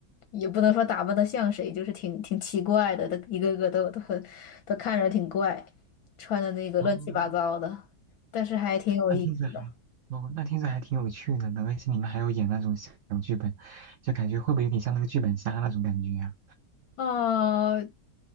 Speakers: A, on the left; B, on the right.
A: 也不能说打扮的像谁，就是挺挺奇怪的，都一个个都都很都看着挺怪，穿的那个乱七八糟的，
B: 哦，
A: 但是还挺有意思的。
B: 那听着还，哦，那听着还挺有趣的呢。而且你们还要演那种小小剧本，就感觉会不会有点像那个剧本杀那种感觉呀、
A: 哦，